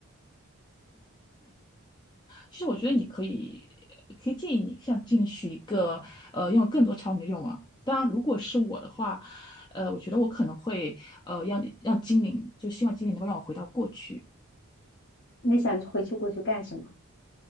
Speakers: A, on the left; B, on the left.
A: 其实我觉得你可以可以建议你像进许一个呃拥有更多场景的愿望。当然，如果是我的话，呃，我觉得我可能会呃让你让精灵，就希望精灵能够让我回到过去，
B: 你想回去过去干什么？